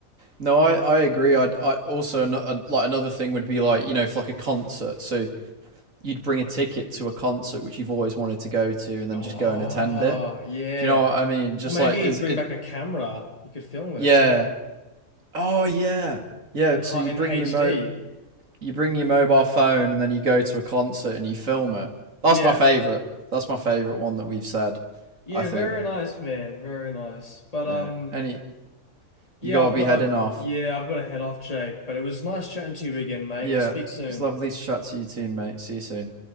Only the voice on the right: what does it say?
No, I I agree. I'd I also uh, like another thing would be like you know for like a concert. So you'd bring a ticket to a concert which you've always wanted to go to, and then
just go and attend it.
Do you know what I mean? Just
like is
it?
Yeah. Oh yeah. Yeah.
So you
bring
your mo You bring your mobile phone and then you go to a concert and you film it.
That's my favorite. That's my favorite one that we've said.
I think.
Yeah.
Any
you gotta
be
heading
off.
Yeah.
It's lovely to chat to you too, mate. See you soon.